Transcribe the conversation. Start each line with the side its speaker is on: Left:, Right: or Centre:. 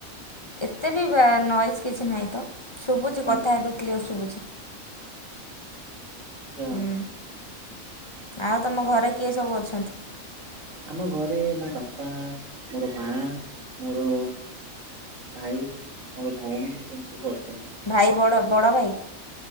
Left: ଏତେ ବି ନଏଜ କିଛି ନାହିଁ ତ। ଶୁଭୁଚି କଥା
Right: ଆଚ୍ଛା।
Left: ଏବେ କ୍ଲିଅର ଶୁଭୁଚି।
Right: ଯାହା
Left: ହୁଁ
Right: ହଉ।
Left: ଆଉ ତମ ଘରେ କିଏ ସବୁ ଅଛନ୍ତି?
Right: ଆମ ଘରେ ମୋ ବାପା, ମୋର ମା, ମୋର ଭାଇ, ମୋର ଭଉଣୀ ଏମତି ସବୁ ଅଛନ୍ତି।
Left: ଭାଇ ବଡ଼ ବଡ଼ ଭାଇ?